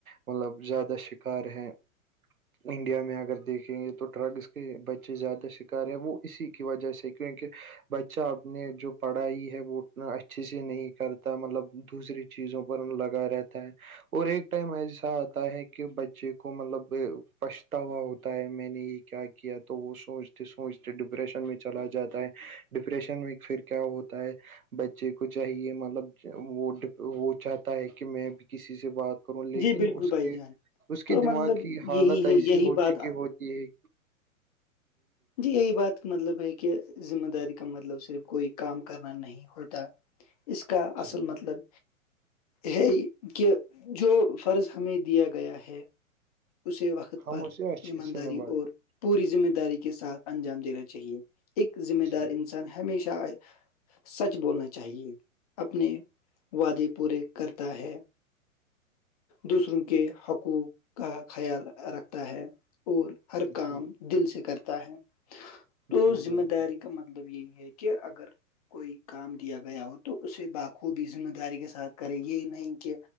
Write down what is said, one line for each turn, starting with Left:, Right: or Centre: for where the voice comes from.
Right: مطلب زیادہ شکار ہیں انڈیا میں اگر دیکھیں گے تو ڈرگس کے بچے زیادہ شکار ہیں وہ اسی کی وجہ سے کیونکہ بچہ اپنے جو پڑھائی ہے وہ اچھے سے نہیں کرتا مطلب دوسری چیزوں پر لگا رہتا ہے اور ایک ٹائم ایسا آتا ہے کہ بچے کو مطلب پچھتا ہوا ہوتا ہے میں نے یہ کیا کیا تو وہ سوچتے سوچتے ڈپریشن میں چلا جاتا ہے ڈپریشن میں پھر کیا ہوتا ہے بچے کو چاہیے مطلب وہ وہ چاہتا ہے کہ میں بھی کسی سے بات و لیکن
Left: جی بالکل
Right: اس
Left: بھائی
Right: کے
Left: جان
Right: اس کی
Left: تو مطلب
Right: دماغ کی حالت
Left: یہی
Right: ایسی
Left: ہے یہی
Right: ہو
Left: بات
Right: چکی ہو یہ
Left: جی یہی بات مطلب ہے کہ ذمہ داری کا مطلب صرف کوئی کام کرنا نہیں ہوتا اس کا اصل
Right: جی
Left: مطلب ہے کہ جو فرض ہمیں دیا گیا ہے اسے وقت
Right: ہم
Left: پر
Right: اسے اچھے
Left: ایمانداری
Right: سے نبھائیں
Left: اور پوری ذمہ داری کے ساتھ انجام دینا چاہیے ایک ذمہ
Right: جی
Left: دار انسان ہمیشہ سچ بولنا چاہیے اپنے وعدے پورے کرتا ہے دوسروں کے حقوق کا خیال رکھتا ہے اور ہر
Right: جی
Left: کام دل سے کرتا ہے تو
Right: جی
Left: ذمہ
Right: بالکل
Left: داری مطلب یہی ہے کہ اگر کوئی کام دیا گیا ہو تو اسے باپ خوود ہی ذمہ داری کے ساتھ کرے یہ نہیں کہ